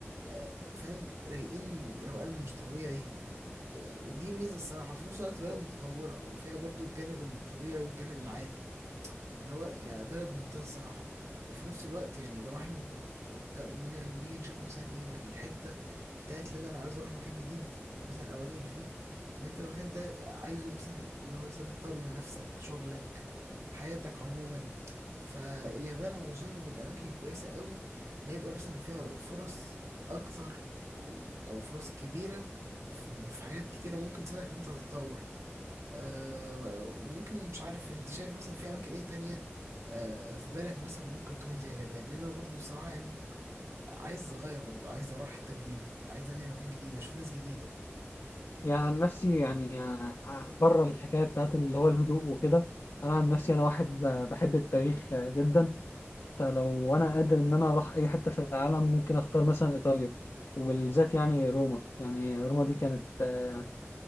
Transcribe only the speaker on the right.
آه، فاهم رايقين روقان مش طبيعي آه، يعني ودي ميزه الصراحه وفي نفس الوقت بلد متطوره وفيها برضو الجانب الطبيعي والجانب العادي فاللي هو يعني بلد ممتازة الصراحة وفي نفس الوقت يعني لو احنا جر- نيجي نيجي نشوف مثلا ايه من الحتة بتاعت اللي انا لو عايز اروح مكان جديد مثلا او انقل فيه ان انت المكان ده عايزه مثلا اللي هو يساعدك تطور من نفسك شغلك حياتك عموما فاليابان انا اظن من الاماكن الكويسة قوي اللي هيبقى مثلا فيها فرص اكتر و- او فرص كبيرة في في حاجات كتيرة ممكن تساعدك ان انت تتطور آه، وممكن مش عارف انت شايف مثلا في اماكن ايه تانية آه، في بالك مثلا ممكن تكون زي اليابان لان انا برضو الصراحة يعني عايز اغير برضو عايز اروح حتة جديدة عايز انقل مكان جديد اشوف ناس جديدة